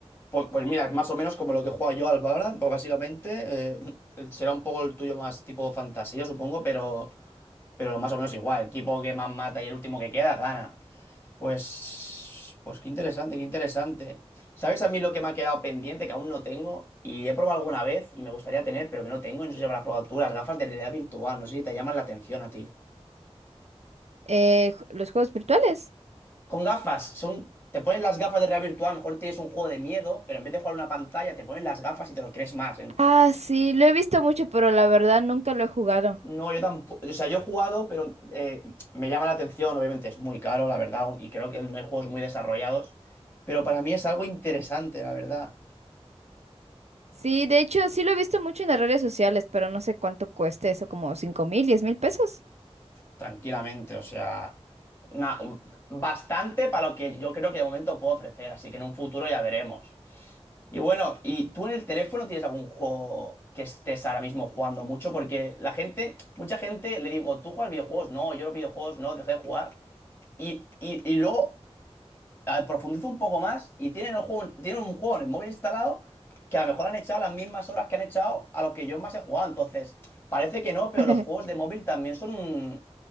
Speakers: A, on the left; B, on the right.
A: Pues, pues mira, es más o menos como lo que juego yo al Valorant, pues básicamente eh, <laughs> será un poco el tuyo más tipo fantasía, supongo, pero, pero más o menos igual. El equipo que más mata y el último que queda gana. Pues, pues qué interesante, qué interesante. ¿Sabes a mí lo que me ha quedado pendiente, que aún no tengo? Y he probado alguna vez y me gustaría tener, pero que no tengo, y no sé si habrás probado tú, las gafas de realidad virtual, no sé si te llaman la atención a ti.
B: Eh, ju- los juegos virtuales.
A: Con gafas, son... Te pones las gafas de realidad virtual, a lo mejor tienes un juego de miedo, pero en vez de jugar a una pantalla, te pones las gafas y te lo crees más. ¿eh?
B: Ah, sí, lo he visto mucho, pero la verdad nunca lo he jugado.
A: No, yo tampoco. O sea, yo he jugado, pero eh, me llama la atención. Obviamente es muy caro, la verdad, y creo que no hay juegos muy desarrollados. Pero para mí es algo interesante, la verdad.
B: Sí, de hecho sí lo he visto mucho en las redes sociales, pero no sé cuánto cueste eso, como cinco mil, diez mil pesos.
A: Tranquilamente, o sea, una- bastante para lo que yo creo que de momento puedo ofrecer. Así que en un futuro ya veremos. Y bueno, ¿y tú en el teléfono tienes algún juego que estés ahora mismo jugando mucho? Porque la gente, mucha gente le digo, ¿tú juegas videojuegos? No, yo los videojuegos no, dejé de jugar. Y, y, y luego a- profundizo un poco más y tienen, el juego, tienen un juego en el móvil instalado que a lo mejor han echado las mismas horas que han echado a los que yo más he jugado. Entonces, parece que no, pero
B: <laughs>
A: los juegos de móvil también son,